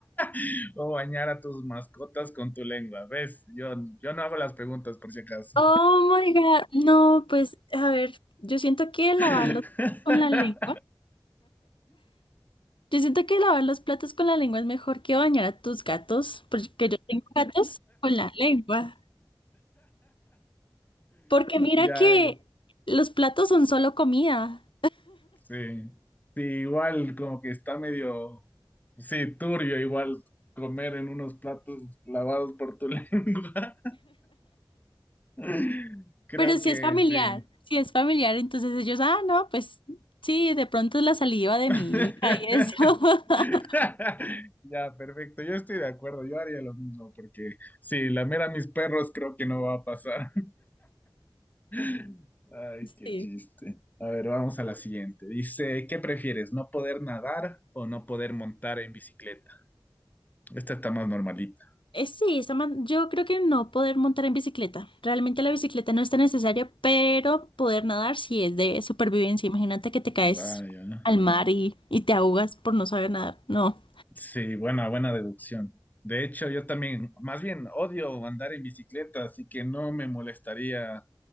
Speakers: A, on the left; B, on the left.
A: <laughs> o bañar a tus mascotas con tu lengua? ¿Ves? Yo, yo no hago las preguntas por si acaso.
B: Oh my God, no, pues a ver, yo siento que lavarlos
A: <laughs>
B: con la lengua, yo siento que lavar los platos con la lengua es mejor que bañar a tus gatos, porque yo tengo gatos con la lengua. Porque mira
A: Ya,
B: que los platos son solo comida.
A: sí. Sí, igual como que está medio, sí, turbio igual comer en unos platos lavados por tu lengua. <laughs> Creo
B: Pero si
A: que
B: es familiar,
A: sí.
B: si es familiar, entonces ellos, ah, no, pues sí, de pronto es la saliva de
A: <laughs>
B: mi hija y eso. <laughs>
A: <laughs> Ya, perfecto. Yo estoy de acuerdo. Yo haría lo mismo porque sí, lamer a mis perros creo que no va a pasar. <laughs> Ay, qué
B: Sí.
A: chiste. A ver, vamos a la siguiente. Dice, ¿qué prefieres? ¿No poder nadar o no poder montar en bicicleta? Esta está más normalita.
B: Eh, sí, esa man- yo creo que no poder montar en bicicleta. Realmente la bicicleta no está necesaria, pero poder nadar sí es de supervivencia. Imagínate que te caes
A: Vaya.
B: al mar y, y te ahogas por no saber nadar. No.
A: Sí, buena, buena deducción. De hecho, yo también, más bien, odio andar en bicicleta, así que no me molestaría